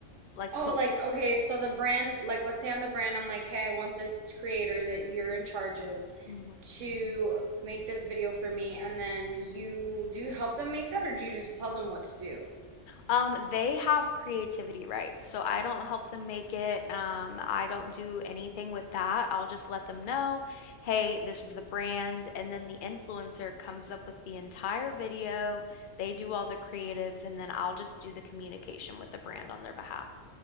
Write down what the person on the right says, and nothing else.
Oh,
like, okay, so the brand, like, let's say I'm the brand, I'm like, hey, I want this creator that you're in charge of
to make this video for me, and then you do you help them make that, or do you just tell them what to do?